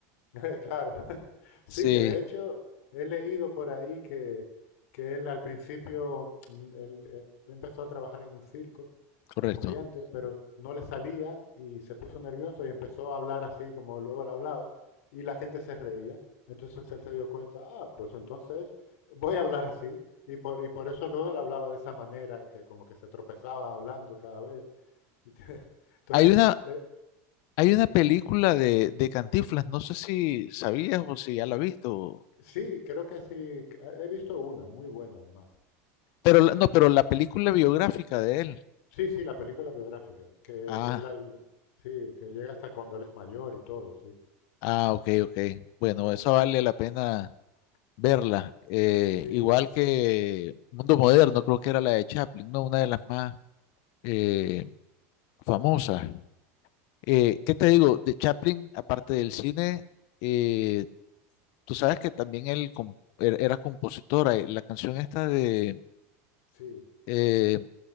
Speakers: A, on the left (about 75°); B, on the left (about 45°).
A: <laughs> Claro, <laughs> sí,
B: Sí,
A: que de hecho he leído por ahí que, que él al principio, mm, él, él empezó a trabajar en un circo
B: correcto.
A: de comediante, pero no le salía y se puso nervioso y empezó a hablar así como luego él hablaba y la gente se reía. Entonces él se dio cuenta, ah, pues entonces voy a hablar así. Y por, y por eso luego él hablaba de esa manera, que como que se tropezaba hablando cada vez. <laughs> y te- Entonces,
B: Hay una,
A: eh,
B: hay una película de, de Cantinflas, no sé si sabías o si ya la has visto,
A: sí, creo que sí, que- he visto una, muy buena además.
B: pero la- no, pero la película biográfica de él.
A: Sí, sí, la película biográfica, que,
B: Ah,
A: que él, hable- sí, que llega hasta cuando él es mayor y todo, sí,
B: ah, ok, ok. Bueno, eso vale la pena verla. eh,
A: sí,
B: igual que Mundo Moderno, creo que era la de Chaplin, ¿no? Una de las más eh, famosas. Eh, ¿qué te digo? De Chaplin, aparte del cine, eh, tú sabes que también él com- er- era compositora. eh, La canción esta de...
A: sí,
B: eh,